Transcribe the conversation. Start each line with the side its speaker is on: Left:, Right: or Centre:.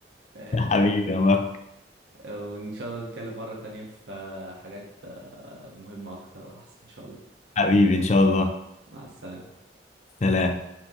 Right: <laughs>
Left: <laughs> حبيبي يا مروة.
Right: وإن شاء الله نتكلم مرة تانية في آه، حاجات آه، مهمة أكتر وأحسن إن شاء الله
Left: حبيبي إن شاء الله
Right: مع السلامة
Left: سلام